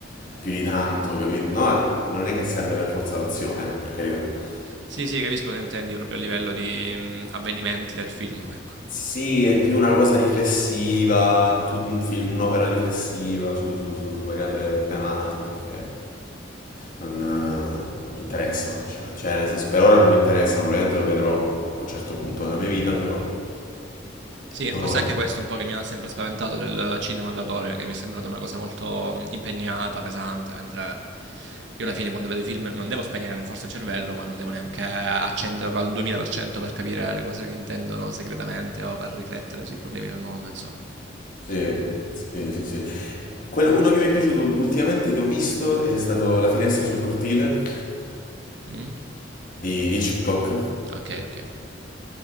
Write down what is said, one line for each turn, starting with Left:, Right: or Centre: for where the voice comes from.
Left: più di tanto, capito? No, eh, ma non è che serve per forza l'azione, per carità.
Right: Sì, sì, capisco cosa intendi proprio a livello di mm, avvenimenti del film, ecco.
Left: Sì, è più una cosa riflessiva, è tutto un film, un'opera riflessiva su, su- su- su variate tematiche che non, eh, non mi interessano, sinceramente. Cioè, nel senso, per ora non mi interessano, probabilmente lo vedrò a un certo punto della mia vita, però
Right: Sì,
Left: non
Right: forse
Left: ora.
Right: anche questo è un po' che mi ha sempre spaventato del cinema d'autore, che mi è sembrato una cosa molto mm, impegnata, pesante, mentre io alla fine quando vedo i film non devo spegnere forse il cervello, ma non devo neanche accenderlo al 2000% per cento per capire le cose che intendono segretamente o per riflettere sui problemi del mondo, insomma.
Left: Sì, sì, sì, sì. Quello- uno che mi è piaciuto ultimamente che ho visto è stato La finestra sul cortile
Right: Mm?
Left: di Hitchcock.
Right: Ok, ok.